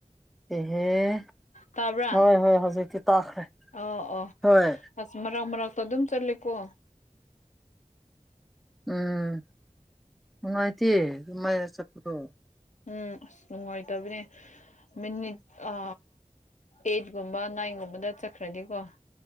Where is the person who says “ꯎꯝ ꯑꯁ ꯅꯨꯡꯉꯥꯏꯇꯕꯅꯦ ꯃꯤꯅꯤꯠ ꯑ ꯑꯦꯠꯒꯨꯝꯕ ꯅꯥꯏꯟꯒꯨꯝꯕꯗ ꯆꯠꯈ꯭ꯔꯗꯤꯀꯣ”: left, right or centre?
Left